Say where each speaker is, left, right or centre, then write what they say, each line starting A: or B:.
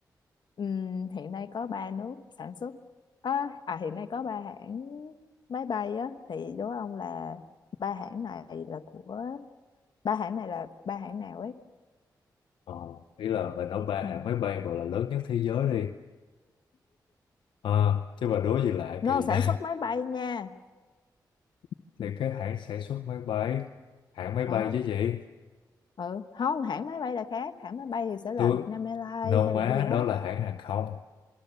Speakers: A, on the left; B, on the left.
A: Ừm, hiện nay có ba nước sản xuất à, à hiện nay có ba hãng máy bay á thì đố ông là ba hãng này là của ba hãng này là ba hãng nào ấy
B: Ờ, ý là bà nói ba
A: ừ.
B: hãng máy bay gọi là lớn nhất thế giới đi ờ chứ bà đố gì lạ
A: No
B: kỳ
A: sản
B: vậy
A: xuất máy bay nha
B: <laughs> thì cái hãng sản xuất máy bay hãng máy
A: ờ
B: bay chứ gì
A: ừ. không hãng máy bay là khác hãng máy bay thì sẽ là
B: tôi
A: Vietnam Airlines
B: nâu
A: hay
B: má
A: là gì đó
B: đó là hãng hàng không